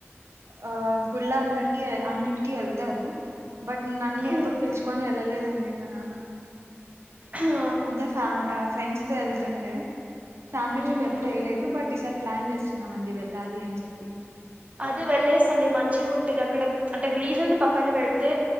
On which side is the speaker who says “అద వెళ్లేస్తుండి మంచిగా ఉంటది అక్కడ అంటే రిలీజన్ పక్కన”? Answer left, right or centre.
Right